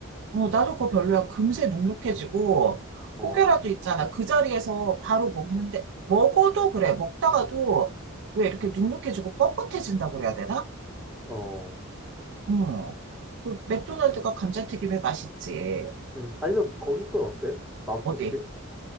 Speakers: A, on the right; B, in the centre.
A: 어, 나도 그거 별로야. 금세 눅눅해지고,
B: 어,
A: 혹여라도 있잖아. 그 자리에서 바로 먹는데, 먹어도 그래. 먹다가도 왜 이렇게 눅눅해지고 뻣뻣해진다고 그래야 되나?
B: 어,
A: 응. 그 맥도날드가 감자튀김에 맛있지.
B: 음, 아니면 거기 건 어때? 맘스터치?
A: 어디?